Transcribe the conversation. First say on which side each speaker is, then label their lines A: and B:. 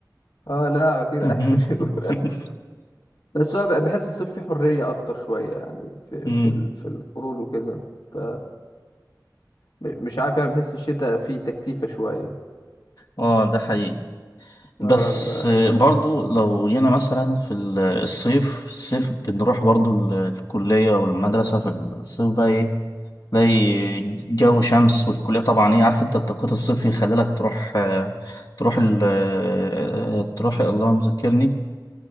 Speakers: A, on the left; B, on the left.
A: اه لا اكيد
B: <laughs>
A: عايز فريون بس هو بقى- بحس الصيف فيه حرية أكتر شوية يعني في
B: مم.
A: في ال- في الخروج وكده ف مش عارف يعني بحس الشتاء فيه تكتيفة شوية
B: اه ده حقيقي
A: اه
B: بس
A: بقى
B: برضو لو جينا مثلا في ال- الصيف الصيف بنروح برضو ال- الكلية والمدرسة في الصيف بقى ايه تلاقي جو شمس والكلية طبعا ايه عارف انت التوقيت الصيفي يخليلك تروح آه، تروح ال آه، تروح الله مذكرني